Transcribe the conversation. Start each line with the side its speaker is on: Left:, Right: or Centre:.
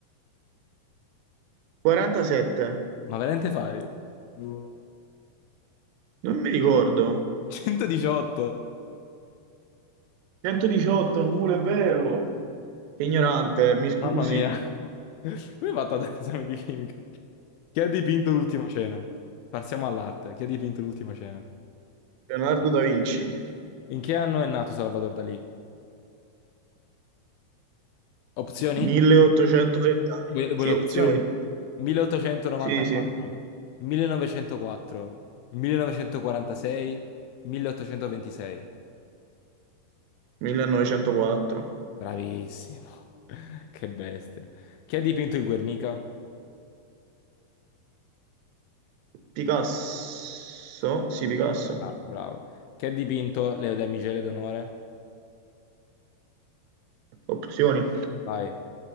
Right: 47.
Left: Ma veramente fai? No.
Right: Non mi ricordo.
Left: 118.
Right: 118, pure è vero. Che ignorante, mi scusi.
Left: Mamma mia. Come hai fatto ad avere l'esame di chimica? Chi ha dipinto l'ultima cena? Passiamo all'arte. Chi ha dipinto l'ultima cena?
Right: Leonardo da Vinci,
Left: In che anno è nato Salvador Dalì? Opzioni?
Right: 1870.
Left: Vuoi
Right: Sì,
Left: vuoi le
Right: opzioni.
Left: opzioni? 1894,
Right: Sì, sì,
Left: 1904, 1946, 1826.
Right: 1904.
Left: Bravissimo. <laughs> Che bestia. Chi ha dipinto il Guernica?
Right: Picasso, sì, Picasso.
Left: Bravo, bravo. Chi ha dipinto le damigelle d'onore?
Right: Opzioni.
Left: Vai.